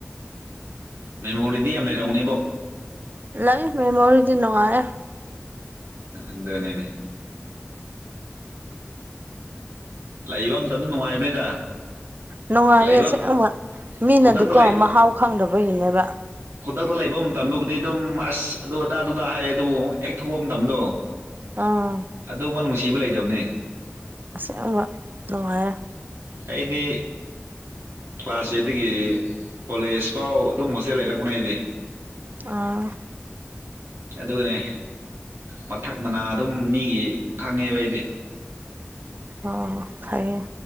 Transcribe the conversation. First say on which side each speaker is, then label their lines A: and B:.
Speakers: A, on the right; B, on the right.
A: ꯃꯦꯃꯣꯔꯤꯗꯤ ꯌꯥꯝ ꯂꯩꯔꯝꯒꯅꯤꯕꯣ
B: ꯂꯩ ꯃꯦꯃꯣꯔꯤꯗꯤ ꯅꯨꯡꯉꯥꯢꯌꯦ
A: ꯑꯗꯨꯅꯤꯅꯦ ꯂꯩꯕ ꯃꯇꯝꯗ ꯅꯨꯡꯉꯥꯏꯕꯅꯤꯗ
B: ꯅꯨꯡꯉꯥꯏꯌꯦ
A: ꯂꯥꯏꯕꯛ
B: ꯑꯁꯦꯡꯕ ꯃꯤꯅꯗꯤꯀꯣ
A: ꯈꯨꯗꯛꯇ ꯂꯩ
B: ꯃꯍꯥꯎ ꯈꯪꯗꯕꯒꯤꯅꯦꯕ
A: ꯈꯨꯗꯛꯇ ꯂꯩꯕ ꯃꯇꯝꯗꯕꯨꯗꯤ ꯑꯗꯨꯝ ꯑꯁ ꯑꯗꯨ ꯑꯗꯥ ꯑꯗꯨ ꯑꯗꯥ ꯍꯥꯏꯌꯦ ꯑꯗꯨꯕꯨ ꯍꯦꯛ ꯊꯣꯛꯄ ꯃꯇꯝꯗꯣ
B: ꯑꯥ
A: ꯑꯗꯣꯞꯕ ꯅꯨꯡꯁꯤꯕ ꯂꯩꯇꯝꯅꯦ
B: ꯑꯁꯦꯡꯕ ꯅꯨꯡꯉꯥꯏꯌꯦ
A: ꯑꯩꯗꯤ ꯀ꯭ꯂꯥꯁ ꯑꯦꯠꯗꯒꯤ ꯀꯣꯂꯦꯖ ꯐꯥꯎ ꯑꯗꯨꯝ ꯍꯣꯁꯇꯦꯜ ꯂꯩꯔꯛꯄꯅꯦ ꯑꯩꯗꯤ
B: ꯑꯥ
A: ꯑꯗꯨꯒꯅꯦ ꯃꯊꯛ ꯃꯅꯥ ꯑꯗꯨꯝ ꯃꯤꯒꯤ ꯈꯪꯉꯦꯕ ꯑꯩꯗꯤ
B: ꯑꯣ ꯐꯩꯌꯦ